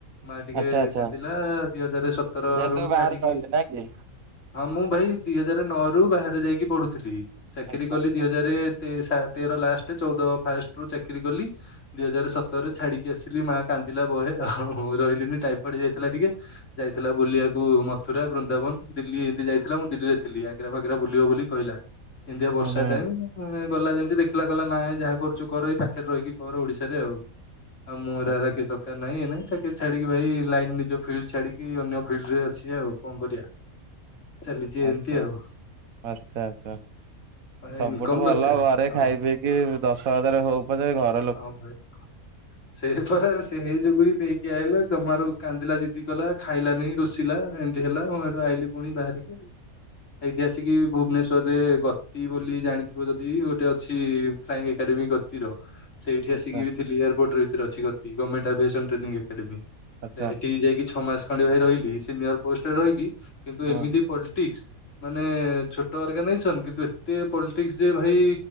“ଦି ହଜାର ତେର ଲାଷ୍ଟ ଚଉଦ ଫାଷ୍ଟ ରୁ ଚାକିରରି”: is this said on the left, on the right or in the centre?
Left